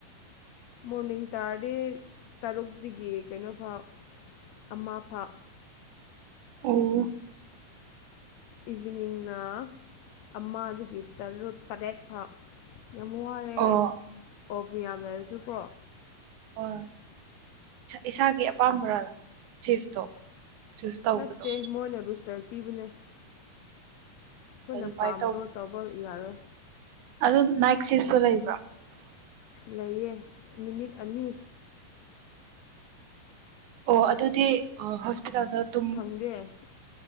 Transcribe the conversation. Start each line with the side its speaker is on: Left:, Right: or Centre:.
Left: ꯃꯣꯔꯅꯤꯡ ꯇꯥꯔꯗꯤ ꯇꯔꯨꯛꯇꯒꯤ ꯀꯩꯅꯣꯐꯥꯎ ꯑꯃ ꯐꯥꯎ
Right: ꯑꫭ
Left: ꯏꯚꯤꯅꯤꯡꯅ ꯑꯃꯗꯒꯤ ꯇꯔꯨꯛ ꯇꯔꯦꯠ ꯐꯥꯎ ꯌꯥꯝ ꯋꯥꯔꯦ
Right: ꯑꯣ
Left: ꯑꯣꯐ ꯌꯥꯝ ꯂꯩꯔꯁꯨꯀꯣ
Right: ꯑꯣ ꯏꯁꯥꯒꯤ ꯑꯄꯥꯝꯕꯔꯥ ꯁꯤꯐꯇꯣ ꯆꯨꯁ ꯇꯧꯕꯗꯣ
Left: ꯅꯠꯇꯦ ꯃꯣꯏꯅ ꯔꯨꯁꯇꯔ ꯄꯤꯕꯅꯦ ꯑꯩꯈꯣꯏꯅ
Right: ꯑꯗꯨꯃꯥꯏꯅ
Left: ꯄꯥꯝꯕꯗꯣ ꯇꯧꯕ ꯌꯥꯔꯣꯏ
Right: ꯑꯗꯨ ꯅꯥꯏꯛ ꯁꯤꯞꯁꯨ ꯂꯩꯕ꯭ꯔꯣ
Left: ꯂꯩꯌꯦ ꯅꯨꯃꯤꯠ ꯑꯅꯤ
Right: ꯑꯣ ꯑꯗꯨꯗꯤ ꯍꯣꯁꯄꯤꯇꯥꯜꯗ ꯑꯗꯨꯝ
Left: ꯗꯦ